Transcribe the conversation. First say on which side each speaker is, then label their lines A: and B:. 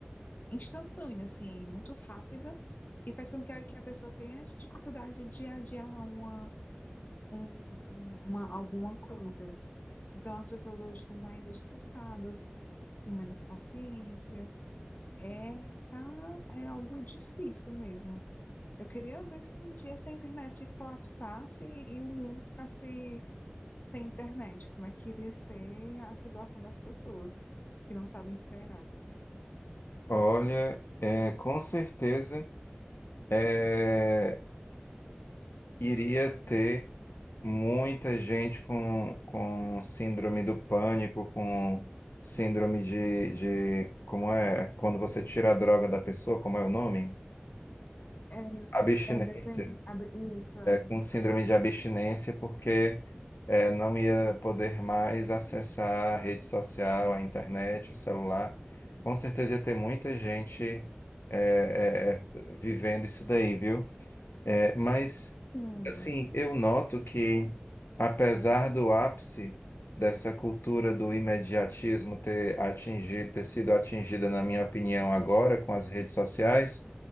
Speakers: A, on the left; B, on the left.
A: instantânea, assim, muito rápida, que faz com que a, que a pessoa tenha dificuldade de adiar uma, um, um- uma, alguma coisa. Então, as pessoas hoje estão mais estressadas, com menos paciência. É, tá, é algo difícil mesmo. Eu queria ver se um dia essa internet colapsasse e, e o mundo ficasse sem internet. Como é que iria ser a situação das pessoas que não sabem esperar?
B: Olha, é, com certeza é, iria ter muita gente com, com síndrome do pânico, com síndrome de, de. Como é? Quando você tira a droga da pessoa, como é o nome?
A: É,
B: Abstinência.
A: é depende. abre- Isso é.
B: com síndrome de abstinência porque eh, não ia poder mais acessar a rede social, a internet, o celular. Com certeza ia ter muita gente eh, eh, eh, vivendo isso daí, viu? Eh, mas,
A: Sim,
B: assim, eu noto que, apesar do ápice dessa cultura do imediatismo ter atingido, ter sido atingida, na minha opinião, agora com as redes sociais,